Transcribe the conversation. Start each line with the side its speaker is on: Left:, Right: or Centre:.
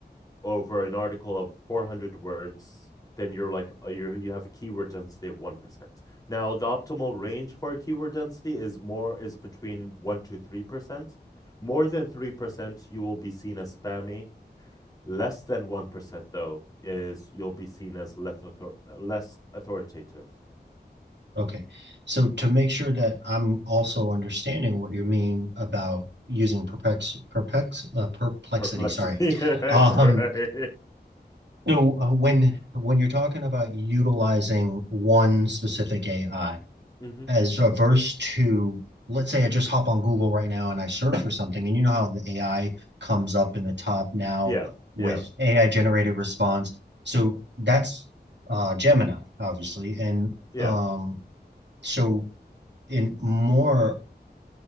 Left: over an article of 400 words, then you're like you you have a keyword density of 1%. Now, the optimal range for a keyword density is more is between 1 to 3%. More than 3%, you will be seen as spammy. Less than 1% though is you'll be seen as less author- less authoritative.
Right: Okay. So to make sure that I'm also understanding what you mean about using perplex perplex uh, perplexity,
Left: Perplexity
Right: sorry.
Left: <laughs> is
Right: Um,
Left: right.
Right: so uh, when when you're talking about utilizing one specific AI
Left: hmm
Right: as averse to let's say I just hop on Google right now and I search for something and you know how the AI comes up in the top now
Left: Yeah,
Right: with
Left: yeah,
Right: AI generated response. So that's uh Gemini, obviously. And
Left: yeah.
Right: um so in more,